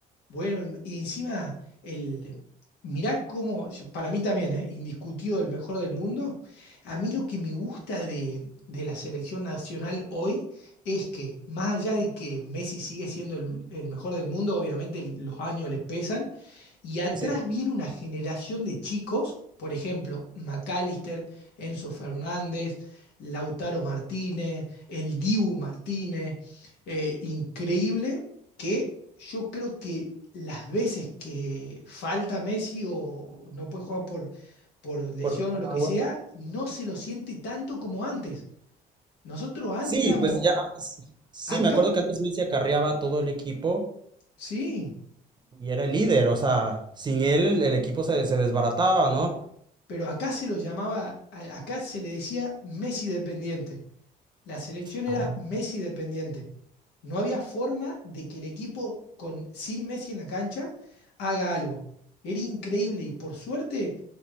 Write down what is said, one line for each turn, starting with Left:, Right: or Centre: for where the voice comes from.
Left: Bueno, y y encima, el, mirá cómo, yo- para mí también, ¿eh? indiscutido el mejor del mundo. A mí lo que me gusta de, de la selección nacional hoy es que, más allá de que Messi sigue siendo el, el mejor del mundo, obviamente el- los años le pesan, y atrás
Right: Sí, sí,
Left: viene una generación de chicos, por ejemplo, McAllister, Enzo Fernández, Lautaro Martínez, el Dibu Martínez, eh, increíble que yo creo que las veces que falta Messi o no puede jugar por, por lesión
Right: por una
Left: o lo que
Right: u
Left: sea,
Right: otra.
Left: no se lo siente tanto como antes. Nosotros antes
Right: Sí,
Left: éramos
Right: pues ya, sí,
Left: acá,
Right: me acuerdo que antes Messi acarreaba a todo el equipo
Left: sí,
Right: Y era el líder, o sea, sin él el, el equipo se, se desbarataba, ¿no?
Left: pero acá se lo llamaba, a- acá se le decía Messi dependiente. La selección era
Right: Ajá.
Left: Messi dependiente. No había forma de que el equipo con, sin Messi en la cancha haga algo. Era increíble y por suerte